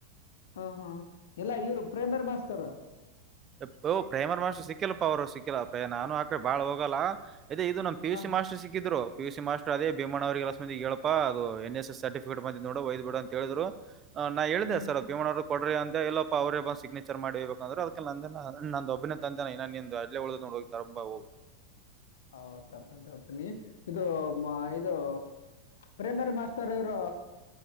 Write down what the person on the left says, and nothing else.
ಹಾ ಹಾ ಎಲ್ಲಾ ಇವ್ರು ಪ್ರೈಮರ್ ಮಾಸ್ತರ್
ಹಾ
ಹ್ಮ್ ಹ್ಮ್
ಹೌ ತರ್ತನಿತಕಲಿ ಇದು ಇದು ಪ್ರೈಮರಿ ಮಾಸ್ತರ್ ಇವರ